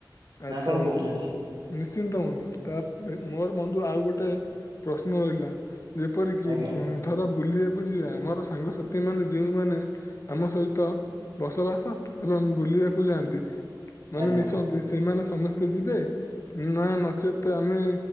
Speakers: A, on the left; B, on the right.
A: ଆଛା
B: ନା କଣ
A: ବନ୍ଧୁ
B: କହୁଛନ୍ତି?
A: <inaudible> ନିଶ୍ଚିନ୍ତ ବଧୁ ତା ମୋର ବନ୍ଧୁ ଆଉ ଗୋଟେ ପ୍ରଶ୍ନ ରହିଲା? ଯେପରିକି
B: ଆଜ୍ଞା
A: ବ ଧର ବୁଲିବାକୁ ଯିବା ଆମର ସାଙ୍ଗସଥି ମାନେ ଯେଉଁମାନେ ଆମ ସହିତ ବସବାସ ଏବଂ ବୁଲିବାକୁ ଯାଆନ୍ତି।
B: <inaudible>
A: ମାନେ ମିଶନ୍ତି ସେମାନେ ସମସ୍ତେ ଯିବେ ନା ନଚେତ୍ ଆମେ